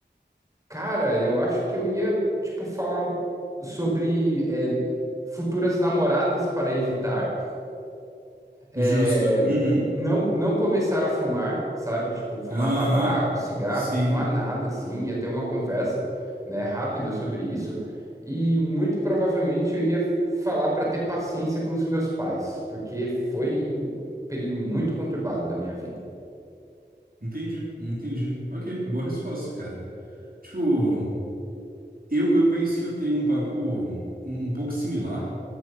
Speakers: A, on the right; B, on the right.
A: Cara, eu acho que eu ia, tipo, falar sobre é, futuras namoradas para evitar. É,
B: Justo. Uhum.
A: não, não começar a fumar, sabe? Tipo, fumar
B: Aham.
A: tabaco, cigarro,
B: Sim.
A: fumar nada, assim. Ia ter uma conversa, né, rápida sobre isso. E muito provavelmente eu ia falar para ter paciência com os meus pais, porque foi um período muito conturbado da minha vida.
B: Entendi. Entendi. Ok. Boa resposta, cara. Tipo, eu, eu penso que eu teria um papo um um pouco similar.